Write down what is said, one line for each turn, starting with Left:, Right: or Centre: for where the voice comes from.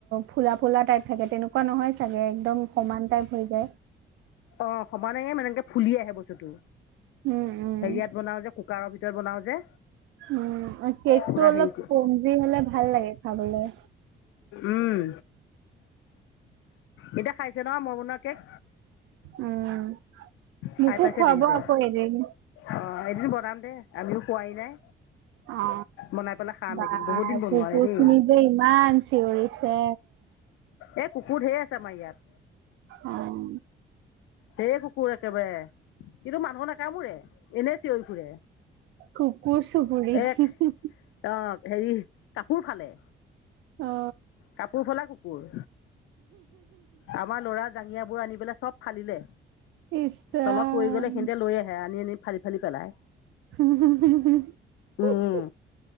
Right: ফুলা ফুলা টাইপ থাকে তেনেকুৱা নহয় চাগে একদম সমান টাইপ হৈ যায়
Left: অঁ সমানে মানেকে ফুলি আহে বস্তুতটো
Right: উম উম
Left: হেয়াত বনাও যে কুকাৰৰ ভিতৰত বনাওঁ যে।
Right: উম কেকটো
Left: পূৰা
Right: অলপ
Left: হেৰি কৰি
Right: কম্জি হলে ভাল লাগে খাবলৈ
Left: উম এতিয়া খাই কেনেকুৱা মই বনোৱা কেক।
Right: উম মোকোকো
Left: খাই পাইছে
Right: খুৱাব
Left: তেহেঁতে
Right: আকৌ এদিন
Left: অঁ এদিন বনাম দে আমিওঁ খোৱাই নাই
Right: অ
Left: বনাই পেলাই খাম
Right: বা
Left: এদিন বহুত দিন বনোৱা
Right: কুকুৰ
Left: নাই দেই
Right: খিনি যে ইমান চিঞৰিছে
Left: এই কুকুৰ ঢেৰ আছে আমাৰ ইয়াত
Right: উম
Left: ধেই কুকুৰ আছে একেবাৰে কিন্তু মানুহ নাকামোৰে এনে চিঞৰি ফুৰে।
Right: কুকুৰ চুবুৰী হি
Left: এক
Right: হি হি।
Left: অ' হেৰি কাপোৰ ফালে।
Right: অ
Left: কাপোৰ ফালা কুকুৰ, আমাৰ লৰা জাঙিয়া বোৰ আনিবলৈ চব ফালিলে,
Right: ইচ ৰাম
Left: তলত পৰি গ'লে সেইখিনিতে লৈ আহে আনি আনি ফালি ফালি পেলায়।
Right: হু হু হু হু হু
Left: উম,
Right: হু।